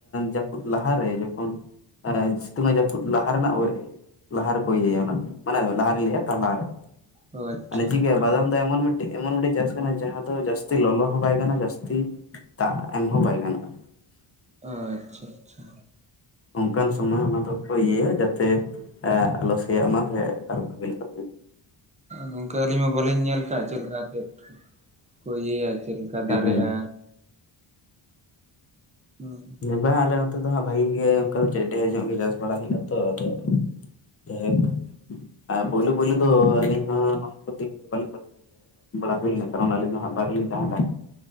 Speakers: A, on the left; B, on the right.
A: ᱡᱟᱹᱯᱩᱫ ᱞᱟᱦᱟᱨᱮ ᱡᱚᱠᱷᱚᱱᱼᱼ ᱥᱤᱛᱩᱝ ᱟᱭ ᱡᱟᱹᱯᱩᱫ ᱞᱟᱦᱟ ᱨᱮᱱᱟᱜ ᱞᱟᱦᱟ ᱨᱮᱠᱚ ᱤᱭᱟᱹᱭᱟ ᱚᱱᱟ ᱫᱚ ᱢᱟᱱᱮ ᱞᱟᱦᱟ ᱨᱮᱧ ᱞᱟᱹᱭᱟ ᱛᱟᱞᱟ ᱨᱮ
B: ᱚ ᱟᱪᱪᱷᱟ
A: ᱢᱟᱱᱮ ᱪᱤᱠᱟᱹᱭᱟ ᱵᱟᱫᱟᱢ ᱫᱚ ᱮᱢᱚᱱ ᱢᱤᱫ ᱴᱮᱡ ᱮᱢᱚᱱ ᱢᱤᱫ ᱴᱮᱡ ᱪᱟᱥᱼᱼ ᱡᱟᱦᱟᱸ ᱫᱚ ᱡᱟᱹᱥᱛᱤ ᱞᱚᱞᱚ ᱦᱚᱸ ᱵᱟᱭ ᱜᱟᱱᱚᱜᱼᱟ ᱡᱟᱹᱥᱛᱤ ᱫᱟᱜ ᱮᱢ ᱦᱚᱸ ᱵᱟᱭ ᱜᱟᱱᱚᱜᱼᱟ᱾
B: ᱟᱪᱪᱷᱟ, ᱟᱪᱪᱷᱟ
A: ᱚᱱᱠᱟᱱ ᱥᱚᱢᱚᱭ ᱚᱱᱟ ᱫᱚᱠᱚ ᱤᱭᱟᱹᱭᱟ ᱡᱟᱛᱮ ᱟᱞᱚ ᱥᱮᱭᱟᱜ ᱢᱟ ᱥᱮᱼᱼ <unintelligible>
B: ᱜᱚᱝᱠᱮ ᱟᱹᱞᱤᱧ ᱢᱟ ᱵᱟᱹᱞᱤᱧ ᱧᱮᱞ ᱠᱟᱜᱼᱟ ᱪᱮᱫ ᱞᱮᱠᱟ ᱠᱟᱛᱮ ᱠᱚ ᱤᱭᱟᱹᱭᱟ ᱪᱮᱫ ᱞᱮᱠᱟ
A: ᱦᱩᱸ
B: ᱫᱟᱨᱮᱜᱼᱟ? ᱦᱩᱸ
A: ᱵᱟᱝ ᱟᱞᱮ ᱱᱚᱛᱮ ᱫᱚ ᱦᱟᱸᱜ ᱵᱷᱟᱜᱤ ᱜᱮ ᱚᱱᱠᱟ ᱫᱚ ᱪᱮᱫ ᱰᱷᱮᱨ ᱧᱚᱜ ᱜᱮ ᱪᱟᱥ ᱵᱟᱲᱟᱭ ᱦᱩᱭᱩᱜᱼᱟ ᱛᱚ ᱟᱫᱚᱼᱼ ᱡᱟᱭ ᱦᱚᱠ ᱯᱳᱭᱞᱳ ᱯᱳᱭᱞᱩ ᱫᱚ ᱟᱹᱞᱤᱧ ᱦᱚᱸ ᱱᱚᱣᱟ <unintelligible> <unintelligible> ᱦᱩᱭ ᱠᱟᱨᱚᱱ ᱟᱞᱤᱧ ᱵᱟᱨᱦᱮ ᱨᱤᱞᱤᱧ ᱛᱟᱦᱮᱱ ᱛᱟᱦᱮᱫᱼᱼ